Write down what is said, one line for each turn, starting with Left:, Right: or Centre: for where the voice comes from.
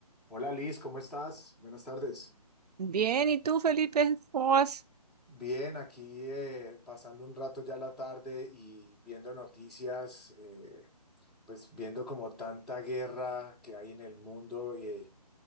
Centre: Hola Liz, ¿cómo estás? Buenas tardes.
Right: Bien, ¿y tú, Felipe? ¿Cómo vas?
Centre: Bien, aquí eh, pasando un rato ya la tarde y viendo noticias, eh, pues viendo como tanta guerra que hay en el mundo y,